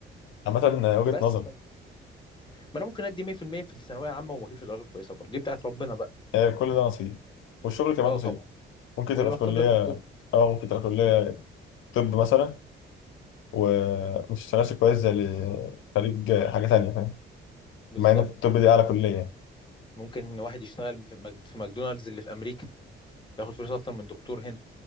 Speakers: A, on the left; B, on the left.
A: عامه وجهه
B: بس
A: نظر
B: ما انا ممكن ادي 100% في المية في الثانويه العامه وما اجيبش درجه كويسه برضو دي بتاعت ربنا بقى
A: آه، كل ده نصيب والشغل كمان
B: لا
A: نصيب
B: طبعا
A: ممكن
B: واللي
A: تبقى
B: مكتوب
A: في كلية
B: لك مكتوب لك
A: أو ممكن تبقى في كلية طب مثلا وما تشتغلش كويس زي اللي خريج حاجة تانية فاهم
B: بالظبط
A: مع إن الطب دي أعلى كلية يعني.
B: ممكن واحد يشتغل في مك- في ماكدونالدز اللي في امريكا ياخد فلوس اكتر من دكتور هنا